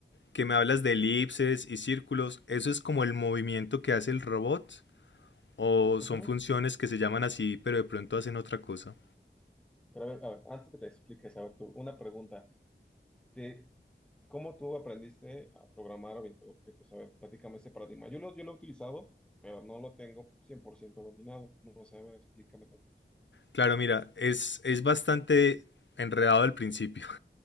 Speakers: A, on the left; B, in the centre.
A: que me hablas de elipses y círculos, ¿eso es como el movimiento que hace el robot? ¿O
B: Ujú.
A: son funciones que se llaman así, pero de pronto hacen otra cosa?
B: Pero a ver, a ver, antes que te expliques, a ver tú, una pregunta. ¿Te, ¿Cómo tú aprendiste a programar orientado a objetos? A ver, platícame ese paradigma. Yo lo, yo lo he utilizado, pero no lo tengo 100% dominado. No sé, a ver, explícame tantito.
A: Claro, mira, es, es bastante enredado al principio.